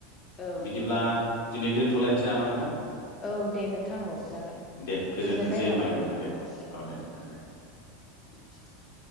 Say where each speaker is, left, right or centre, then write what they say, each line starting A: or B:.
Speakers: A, on the left; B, on the left.
A: औ
B: बिदिब्ला दिनै दिनथ'लायनोसै नामा नोंथां?
A: औ दे नोंथां औ जागोन
B: दे गोजोनथोंसै
A: गोजोननाय
B: होमबालाय
A: थाबाय नोंथां औ दे गोजोन।
B: नोंथां दे
A: <unintelligible>